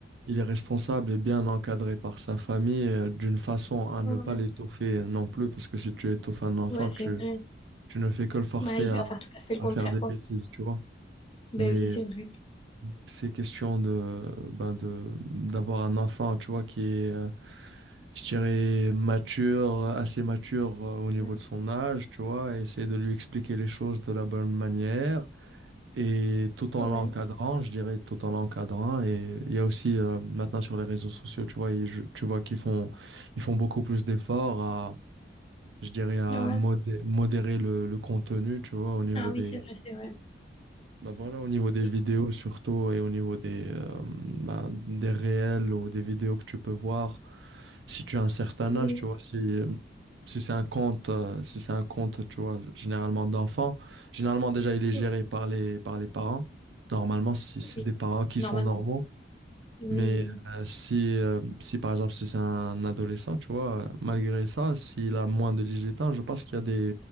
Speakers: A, on the right (about 75°); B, on the left (about 30°).
A: il est responsable et bien encadré par sa famille, euh, d'une façon à ne
B: Ouais,
A: pas l'étouffer non plus, parce que si tu étouffes un enfant,
B: ouais, c'est
A: tu
B: vrai.
A: Tu ne fais que le forcer
B: Bah, il
A: à,
B: va faire tout à fait le
A: à
B: contraire,
A: faire des
B: quoi.
A: bêtises, tu vois.
B: Bah
A: Mais
B: oui, c'est vrai.
A: c'est question de, ben de, d'avoir un enfant, tu vois, qui est, euh, je dirais, mature, assez mature euh, au niveau
B: Ouais.
A: de son âge, tu vois, et essayer de lui expliquer les choses de la bonne manière. Et tout en
B: Ouais.
A: l'encadrant, je dirais, tout en l'encadrant. Et il y a aussi euh, maintenant sur les réseaux sociaux, tu vois, ils- je- tu vois qu'ils font, ils font beaucoup plus d'efforts à, je dirais, à
B: Ouais.
A: modé- modérer le, le contenu, tu vois, au niveau
B: Ah oui,
A: des,
B: c'est vrai, c'est vrai.
A: Bah voilà, au niveau des
B: Oui.
A: vidéos surtout et au niveau des, euh, bah, des réels ou des vidéos que tu peux voir, si tu as un certain
B: Oui.
A: âge, tu vois, si, euh, si c'est un compte, euh, si c'est un compte, tu vois, généralement d'enfants, généralement déjà il est géré
B: Oui.
A: par les, par les parents, normalement si c'est
B: Oui.
A: des parents qui
B: Normalement.
A: sont normaux,
B: Oui, oui.
A: mais
B: oui.
A: euh, si, euh, si par exemple si c'est un adolescent, tu vois, euh, malgré ça, s'il a moins de 18 ans, je pense qu'il y a des,